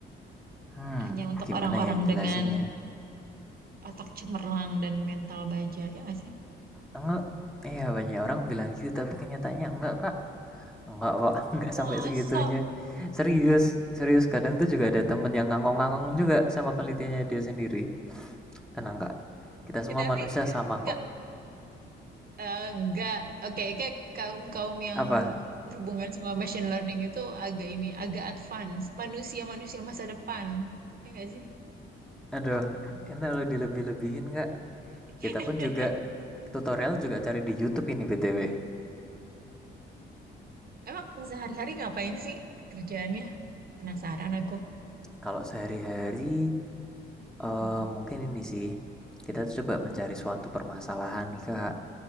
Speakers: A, in the centre; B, on the right.
A: Hmm,
B: hanya untuk
A: gimana
B: orang-orang
A: ya yang jelasin
B: dengan
A: ya?
B: otak cemerlang dan mental baja ya nggak sih?
A: Enggak. Iya banyak orang bilang gitu, tapi kenyataannya enggak kak. Enggak kok, <laughs>
B: Wah,
A: enggak sampai segitunya.
B: masa?
A: Serius, serius. Kadang tuh juga ada temen yang ngangong-ngangong
B: Eh,
A: juga sama penelitiannya dia sendiri. Tenang kak, kita semua
B: tapi
A: manusia sama
B: nggak
A: kok.
B: Eh, enggak, oke, kayak kaum-kaum yang
A: Apa?
B: berhubungan sama machine learning itu agak ini, agak advance. Manusia-manusia masa depan. Ya enggak sih?
A: Aduh, ini kalau dilebih-lebihin nggak? Kita
B: <laughs>
A: pun juga tutorial juga cari di YouTube ini BTW.
B: Emang sehari-hari ngapain sih kerjaannya? Penasaran aku.
A: Kalau sehari-hari, eh
B: Mhm.
A: mungkin ini sih. Kita tuh coba mencari suatu permasalahan nih Kak.